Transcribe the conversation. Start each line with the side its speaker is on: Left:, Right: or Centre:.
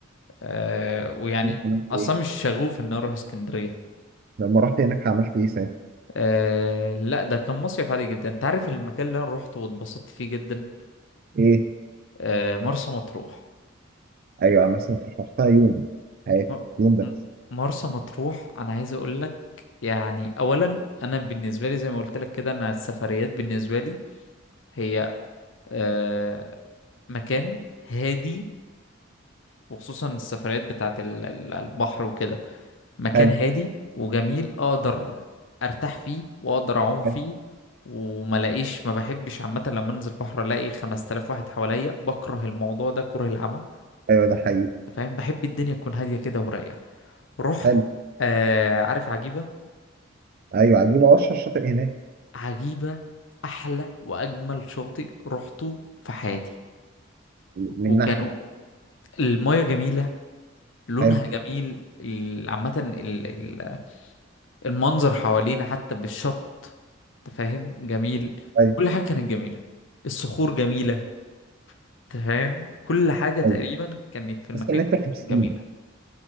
Left: أه... ويعني
Right: عملت
Left: اصلا
Right: ايه
Left: مش شغوف ان أنا اروح اسكندرية
Right: لما رحت هناك عملت ايه ساعتها
Left: أه... لا ده كان مصيف عادي جدا انت عارف المكان اللي انا روحته واتبسطت فيه جدا
Right: ايه
Left: أه... مرسى مطروح
Right: ايوه عملت سمك رحتها يوم حياتي
Left: م...
Right: يوم بس
Left: م- مرسى مطروح انا عايز اقول لك يعني اولا انا بالنسبة لي زي ما قلت لك كده انا السفريات بالنسبة لي هي أه... مكان هادي وخصوصا السفريات بتاعت ال- ال- البحر وكده مكان
Right: حلو
Left: هادي وجميل اقدر ارتاح فيه واقدر اعوم فيه
Right: حلو
Left: وما لاقيش ما بحبش عامه لما انزل بحر الاقي 5000 واحد حواليا بكره الموضوع ده كره العمى
Right: ايوه ده حقيقي
Left: انت فاهم بحب الدنيا تكون هاديه كده ورايقه رحت
Right: حلو
Left: آه عارف عجيبه
Right: ايوه عجيبه اشهر شاطئ هناك
Left: عجيبه احلى واجمل شاطئ رحته في حياتي وكانوا
Right: من ناحيه
Left: المايه جميله لونها
Right: حلو
Left: جميل ال- عامه ال- ال- المنظر حوالينا حتى بالشط انت فاهم جميل
Right: ايوه
Left: كل حاجة كانت جميلة الصخور جميلة انت فاهم كل حاجة تقريبا
Right: ايوه
Left: كانت في المكان
Right: بس ان انت في بسين
Left: جميلة